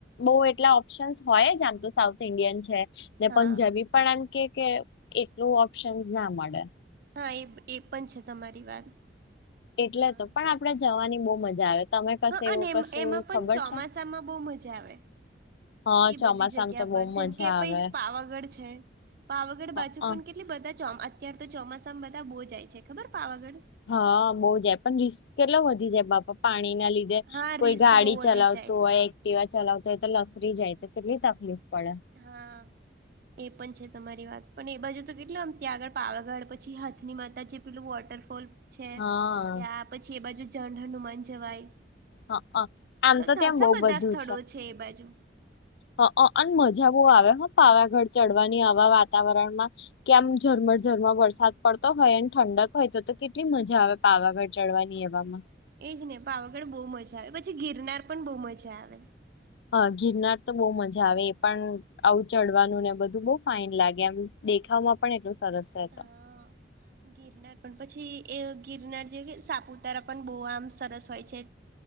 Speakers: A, on the left (about 65°); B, on the right (about 50°).
A: બઉુ એટલા ઓપ્શન્સ હોય જ આમ તો સાઉથ ઇન્ડિયન છે ને
B: હા
A: પંજાબી પણ આમ કે કે એટલું ઓપ્શન ના મળે.
B: હા એ એ પણ છે તમારી વાત
A: એટલે
B: હા
A: તો પણ આપડે જવાની બહુ મજા આવે તમે કશું
B: હા
A: એવું
B: અને
A: કશું
B: એમાં પણ
A: ખબર
B: ચોમાસામાં
A: છે
B: બહું મજા આવે
A: હા
B: એ
A: ચોમાસામાં
B: બધી જગ્યા
A: તો બહુ
B: પર
A: મજા
B: જેમ કે
A: આવે
B: પહિ પાવાગઢ છે પાવાગઢ
A: હઅ
B: બાજુ પણ કે એટલે બધા અત્યાર તો ચોમાસામાં બધા બહુ જાય છે ખબર પાવાગઢ
A: હા બહુ જાય પણ રિસ્ક કેટલા વધી જાય બાપા પાણી ના લી રે
B: હા
A: કોઈ
B: રિસ્ક
A: ગાડી
B: બહુ વધી
A: ચલાવતું
B: જાય
A: હોય દીવા ચલાવતો હોય તો લસરી જાય તો કેટલી તકલીફ પડે
B: હા. એ પણ છે તમારી વાત પણ એ બાજુ તો કેટલા આમ ત્યાં આગળ પાવાગઢ પછી હાથની માતા જે પેલું વોટરફોલ છે
A: હા
B: ત્યાં પછી એ બાજુ ઝઢણ નનું માં જવાય
A: હઅ આમ
B: ઘશ
A: તો ત્યાં બહુ
B: બધા
A: બધું
B: સ્થળો છે એ બાજુ
A: હઅ અને મજા બહુ આવે હો પાવાગઢ ચડવાની આવા વાતાવરણમાં કે આમ ઝરમર ઝરમર વરસાદ પડતો હોય ઠંડક હોય તો તો કેટલી મજા આવે. પાવાગઢ ચડવાની એવામાં
B: એજ ને પાવાગઢ બહુ મજા આવે પછી ગિરનાર પણ બહુ મજા આવે
A: હા ગિરનાર તો બહુ મજા આવે એ પણ આવું ચડવાનું ને બધું બહું ફાઈન લાગે એમ દેખામાં પણ એટલું સરસ
B: હા
A: છે તો
B: ગિરનાર પણ પછી એ ગિરનાર જે કે સાપુતારા પણ બહુ આમ સરસ હોય છે.